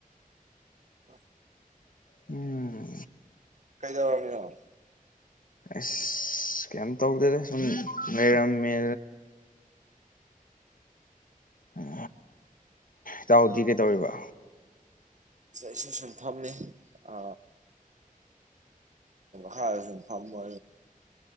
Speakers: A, on the right (about 55°); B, on the left (about 70°).
A: ꯍꯣꯏ
B: ꯎꯝ
A: ꯀꯩꯗꯕꯃꯤ
B: ꯑꯁ ꯀꯩ ꯇꯧꯗꯦꯔꯦ ꯁꯨꯝ ꯂꯩ ꯃꯦ ꯎꯝ ꯆꯥꯎꯗꯤ ꯀꯩ ꯇꯧꯔꯤꯕ
A: ꯁꯤ ꯑꯩꯁꯨ ꯁꯨꯝ ꯐꯝꯅꯤ ꯑ ꯍꯥ ꯐꯃ